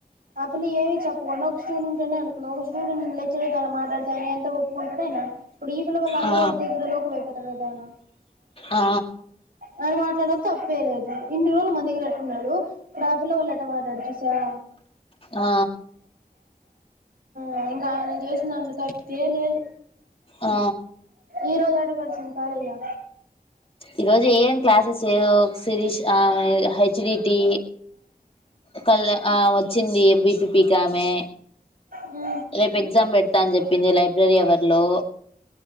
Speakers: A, on the right; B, on the left.
A: ఆ పిల్ల ఏమి చెప్పకుండా ఒక స్టూడెంట్ అని అనుకున్నా ఒక స్టూడెంట్ నీతో మాట్లాడతాయని ఎంతా ఒప్పుకుంటాడు. ఇనడు ఇప్పుడు ఈ పల్ల వాల్లు అందరు
B: ఆ
A: నీ దగ్గర లోకువ అయిపోతారు కదాయన
B: ఆ
A: ఆయన మాట్లాడము తప్పేలేదు. ఇన్ని రోజులు మన దగ్గిర ఉన్నడు. ఇప్పుడు ఆ పిల్ల వాళ్ళట మాట్లాడు చూసావా.
B: ఆ
A: ఆ ఇంకా ఆయన చేసిందాంట్లో తప్పే లేదు.
B: ఆ
A: ఈరోజు ఎడ కల్సి సాలే ఇగ
B: ఈ రోజు ఏం క్లాసెస్ చేయ శిరీష్ ఆ హెచ్డిటి క అమ వచ్చింది బీపీపీకామె.
A: ఉ
B: రేపు ఎగ్జామ్ పెడతా అని చెప్పింది లైబ్రరీ ఎవర్లో,